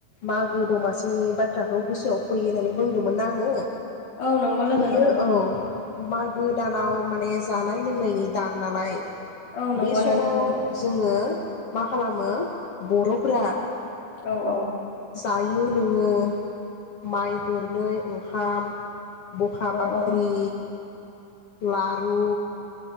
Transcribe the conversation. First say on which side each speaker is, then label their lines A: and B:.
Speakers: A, on the left; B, on the left.
A: माग गो दमासिनि बाथ्राखौ गोसोआव फैयो होननानै बुंदोंमोन ना आङो?
B: औ नंगौ लोगो
A: बियो
B: नंगौ।
A: औ मागो दान नाव माने जानाय लोंनायनि दान नालाय
B: औ नंगौ
A: बे समाव
B: नोंथां नंगौ
A: जोङो मा खालामो बर'फ्रा
B: औ औ।
A: जायो लोङो माइ गोरनै अंखाम बखा बाख्रि
B: औ
A: लारु